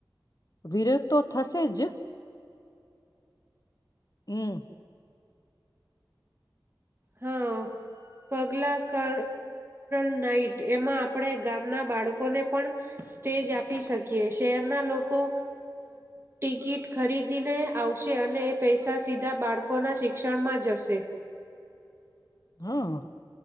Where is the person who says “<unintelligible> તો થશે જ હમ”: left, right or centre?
Left